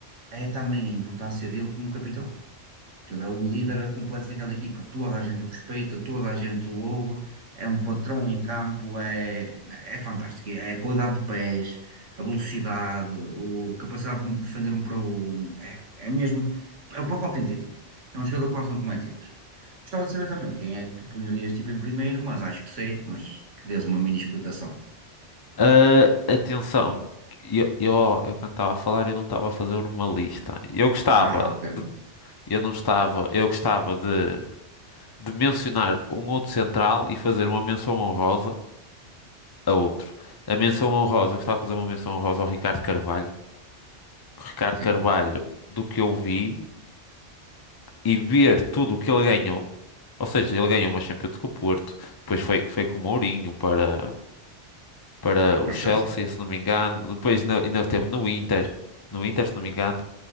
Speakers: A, on the right; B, on the left.
A: é também a importância dele como capitão que ele é o líder é completo daquela equipa. Toda a gente o respeita, toda a gente o ouve, é um patrão em campo, é, é fantástico. É a qualidade de pés, a velocidade, o- a capacidade de um- de defender um para um, é, é mesmo, é o pacote inteiro. É um jogador que quase não comete erros. Gostava de saber também quem é que tu punharias tipo em primeiro, mas acho que sei, mas que dês uma mini explicação.
B: Ah, atenção, eu, eu, eu quando estava a falar, eu não estava a fazer uma lista. Eu gostava
A: Ah, ok, ok.
B: de, eu não estava, eu gostava de, de mencionar um outro central e fazer uma menção honrosa a outro. A menção honrosa, eu gostava de fazer uma menção honrosa ao Ricardo Carvalho. O Ricardo
A: sim,
B: Carvalho, do que eu vi e ver tudo o que ele ganhou, ou seja, ele ganhou uma Champions com o Porto, depois foi, foi com o Mourinho para, para
A: para
B: o Chelsea,
A: o Chelsea.
B: se não me engano, depois ainda, ainda teve no Inter, no Inter, se não me engano.